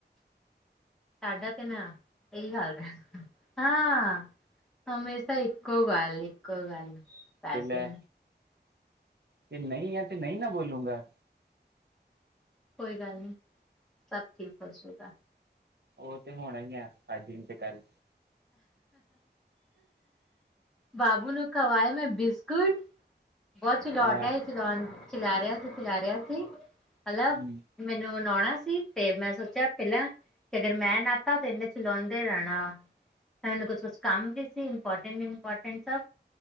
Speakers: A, in the centre; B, on the right.
A: ਸਾਡਾ ਤੇ ਨਾ ਇਹੀ ਹਾਲ ਹੈ ਹਾਂ ਹਮੇਸ਼ਾ ਇੱਕੋ ਗੱਲ ਇੱਕੋ ਗੱਲ ਪੈਸੇ
B: ਤੇ ਲੈ ਤੇ ਨਹੀਂ ਆ ਤੇ ਨਹੀਂ ਨਾ ਬੋਲੂਗਾਂ
A: ਕੋਈ ਗੱਲ ਨੀ ਸਭ ਠੀਕ ਹੋ ਜਾਏਗਾ
B: ਉਹ ਤੇ ਹੋਣਾ ਆ ਅੱਜ ਨਹੀਂ ਤੇ ਕੱਲ
A: ਬਾਬੂ ਨੂੰ ਖਵਾਏ ਮੈਂ ਬਿਸਕੁੱਟ ਬਹੁੱਤ ਚਲਾਕ
B: ਹਾਂ
A: ਹੈ ਚਲਾਉਣ ਚਿਲਾ ਰਿਹਾ ਸੀ ਚਿਲਾ ਰਿਹਾ ਸੀ ਮਤਲੱਬ
B: ਹੂੰ
A: ਮੈਨੂੰ ਮਨਾਉਣਾ ਸੀ ਤੇ ਮੈਂ ਸੋਚਿਆ ਪਹਿਲਾਂ ਕਿ ਅਗਰ ਮੈਂ ਨਾ ਆਤਾ ਤੇ ਇਹਨੇ ਚਲਾਉਂਦੇ ਰਹਿਣਾ ਵਾ ਇਨੁੰ ਕੁੱਛ ਕੁਛ ਕੰਮ ਵੀ ਸੀ ਇੰਪਾਰਟੈਂਟ ਇੰਪਾਰਟੈਂਟ ਸੀ